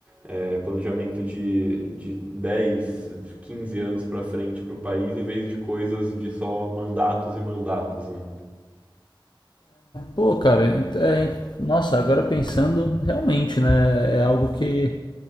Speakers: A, on the right; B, on the left.
A: é, planejamento de, de dez, quinze anos para frente para o país, em vez de coisas de só mandatos e mandatos, né?
B: Pô, cara, ent- é, en- nossa, agora pensando, realmente, né? É algo que